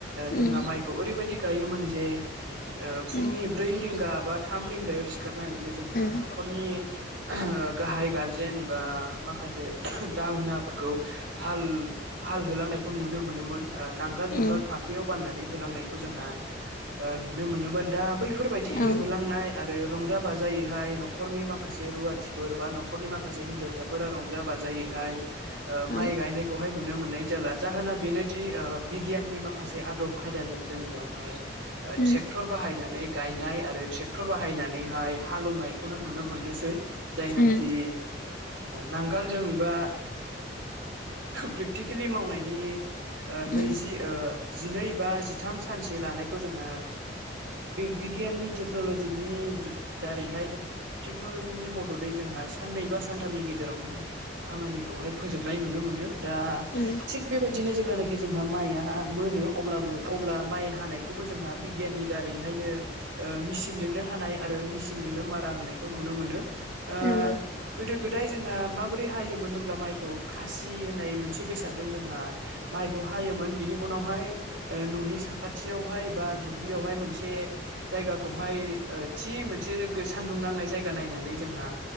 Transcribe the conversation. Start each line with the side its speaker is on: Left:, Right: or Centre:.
Right: जोंहा
Left: उम
Right: मा माइखौ ओरैबायाददि गायोन जे फुंनि
Left: उम
Right: ब्रै रंगा बा थाम रिंगायाव सिखारनानै जोंहा
Left: उम
Right: नखरनि गाहाय गारजेन बा माखासे दाहोना फोरखो हाल होलांनायखौ नुनो मोनोमोन नांगाल जुंगाल
Left: उम
Right: फाफ्लियाव बाननानै ह जोंहा नुनो मोनोमोन दा बैफोरबायदि
Left: औ
Right: होलांनाय आरो रंजा बाजाय हाय न'खरनि माखासे रुवाथिफोर बा न'खरनि माखासे हिनजावसाफोरा रंजा बाजायैहाय माइ
Left: औ
Right: गायनायखौहाय नुनो मोननाय जाला जाहोना बेनोदि बिगियाननि माखासे आदब खायदाजों जोंनियावहाय
Left: उम
Right: ट्रेक्टर बाहायनानै गायनाय आरो ट्रेक्टर बाहायनानैहाय हालौवनायखौनो नुनो मोननोसै जायनाखि
Left: उम
Right: नांगोलजों बा प्रेक्टिकेलि मावनायनि नैजि
Left: उम
Right: जिनै बा जिथाम सानसे लानायखौ जोंहा बे बिगियाननि टेक्न'लजिनि दारैहाय टेक्न'ल'जिनि मददै जोंहा साननै बा सानथामनि गेजेरावनो खामानिखौहाय फोजोबनाय नुनो मोनो दा
Left: उम
Right: थिग बेबायदि बिदिनो जेब्लानाखि जोंहा माइआ मोनो अब्लाबो अब्ला माइ हानायखौबो जोंहा बिगियाननि दारैहाय बिनो ओ मिसिनजोंनो हानाय आरो मिसिनजोंनो मारा होनायखौ नुनो मोनो ओ
Left: नंगौ
Right: गोदो गोदाय जोंहा माबोरै हायोमोन होमब्ला माइ खासि होननाय मोनसे बेसादजों जोंहा माइखौ हायोमोन बिनि उनावहाय ओ न'नि साखाथियावहाय बा दुब्लियावहाय मोनसे जायगाखौहाय थि मोनसे सानदुं नांनाय जायगा नायनानै जोहा